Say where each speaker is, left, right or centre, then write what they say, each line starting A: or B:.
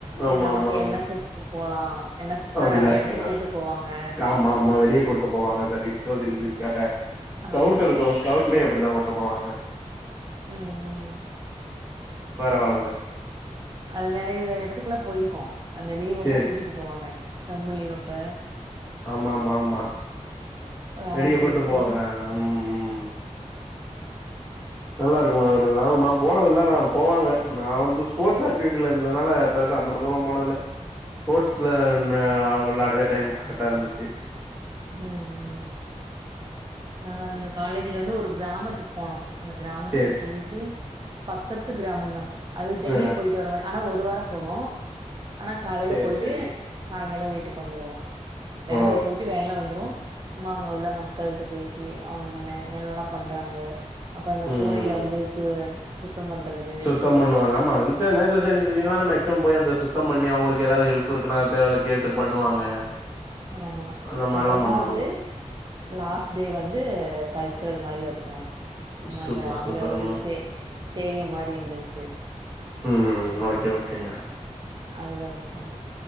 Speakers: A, on the right; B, on the right.
A: சரி
B: ஆமாமாங்க
A: நமக்கு என் எஸ் எஸ் போலா என் எஸ் எஸ்
B: அப்டிதா
A: னா நெறைய எடத்துக்கு
B: <unintelligible>
A: கூட்டு போவாங்க
B: ஆமாமா வெளிய‌ கூட் டுபோவாங்க சர்வீஸ் <unintelligible>
A: ஆமா
B: ஸ்கவுட் இருக்கு ஸ்கவுட்லயு அப்டிதா கூட்டு போவாங்க
A: ம் ம்
B: பரவால்லங்க
A: அல் நெறைய எடத்துக்லா போயிருக்கோ அந்த லீவ்
B: சேரி
A: அப்ப கூட்டிட்டு
B: சே
A: போவாங்க செம்மு லீவ் அப்ப
B: ஆமாமாமா
A: வேன்
B: வெளிய
A: புடிச்சு
B: கூட்டு போவாங்க அம் ம் நல்லாருக்கு <unintelligible> மா போனதில்ல ஆனா போவாங்க நா வந்து ஸ்போர்ட்ஸ் ஆக்டிவிட்டில இருந்ததுனால பெருசா அந்த பக்கல்லா போனதில்ல ஸ்போர்ட்ஸுல அந்த அவுங் வெளாடவே டைம் கரெக்டா இருந்துச்சு
A: ம் ம் நாங்க இங்க காலேஜ்லந்து ஒரு கிராமத்துக்கு போனோ அந்த கிராமத்துக்கு
B: சேரி சே
A: போயி ட்டு பக்கத்து கிராமந் தா அது டெய்லி
B: ஆ
A: போய்ட்டு வர மா ஆனா ஒரு வார போனோ ஆனா காலைல
B: சேரி
A: போய்ட்டு
B: சேரி
A: சாய்ங்கால வீட்டுக்கு வந்துருவோ வேன்ல
B: ஓ
A: போய்ட்டு வேன்ல வந்துருவோ சும்மா அங்க உள்ள மக்கள்ட்ட பேசி அவுங்க அங்க என்ன என்னல்லா பண்றாங்க அப்ப அந்த
B: ம்
A: கோயில வந்து து சுத்தம் பண்றது
B: சுத்தம் பண்ணுவாங்க ஆமா இன்ஸ நேஸஸ் என் சி சி னால மேக்சிமம் போயி அந்த சுத்தம் பண்ணி அவுங்களுக்கு எதாவ்து ஹெல் ப்புருக்குனா தேவ கேட்டு பண்ணுவாங்க
A: ஆமா
B: அந்த மாரிலா
A: அப்புறமா
B: பண்ணுவாங்க
A: வந்து லாஸ்ட் டே வந்து கல்ச்சுரல் மாரி வச்சோ சும்மாத
B: சூப்பர்
A: அங்க
B: சூப்பர்
A: ஒரு ஸ்டே ஸ்டேடியம் மாரி இருந்துச்சு
B: ம் ஓகே ஓகேங்க
A: அதுல வச்சோ